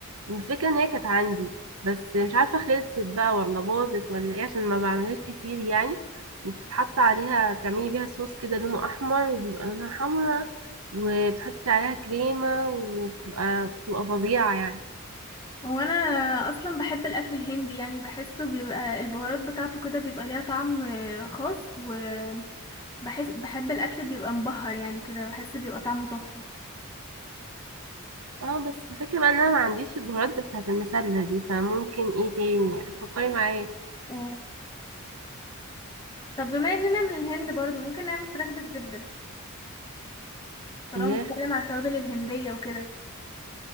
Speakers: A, on the right (about 80°); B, on the left (about 20°).
A: الفكرة إن هي كانت عندي بس مش عارفة خلصت بقى ولا باظت ولا إيه عشان ما بعملهاش كتير يعني وبتتحط عليها تعملي بيها صوص كده لونه أحمر وبيبقى لونها حمرا وبتحطي عليها كريمة وبتبقى بتبقى فظيعة يعني
B: هو انا اصلا بحب الاكل الهندي يعني بحسه بيبقى البهارات بتاعته كده بيبقى ليها طعم آه، خاص وبحس بحب الاكل بيبقى مبهر يعني كده بحس بيبقى طعمه تحفة
A: اه بس الفكرة بقى إن أنا ما عنديش البهارات بتاعة المسلة دي فممكن إيه تاني يعني فكري معايا
B: آه، طب بما اننا من الهند برضو ممكن نعمل فراخ بالزبدة طالما
A: فراخ
B: بنتكلم على التوابل الهندية وكده